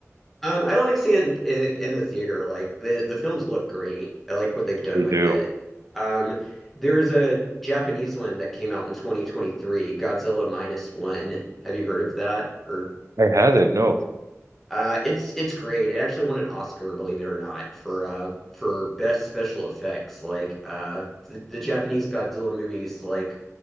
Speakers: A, in the centre; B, on the right (about 85°).
A: Um, I like seeing it in, in the theater. Like the the films look great. I like what they've done
B: They do.
A: with it. Um, there was a Japanese one that came out in 2023, Godzilla Minus One. Have you heard of that? Or
B: I haven't. No.
A: Uh, it's it's great. It actually won an Oscar, believe it or not, for uh for best special effects. Like uh the, the Japanese Godzilla movies, like